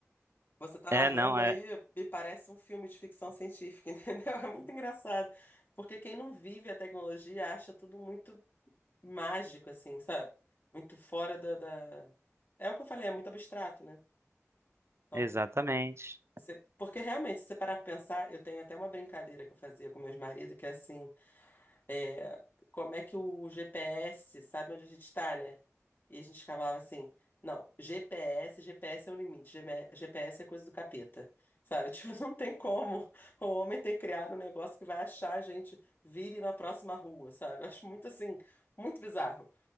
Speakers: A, on the left; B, on the right.
A: Você tá
B: É,
A: narrando
B: não, é,
A: aí, me parece um filme de ficção científica, <laughs> entendeu? É muito engraçado, porque quem não vive a tecnologia acha tudo muito mágico, assim, sabe? Muito fora da, da... É o que eu falei, é muito abstrato, né? Então
B: exatamente.
A: Você- porque realmente, se você parar pra pensar, eu tenho até uma brincadeira que eu fazia com meus maridos, que é assim, é, como é que o GPS sabe onde a gente está, né? E a gente falava assim, não, GPS, GPS é o limite, GM GPS é coisa do capeta, sabe? <laughs> Tipo, não tem como o homem ter criado um negócio que vai achar a gente, vire na próxima rua, sabe? Eu acho muito assim, muito bizarro.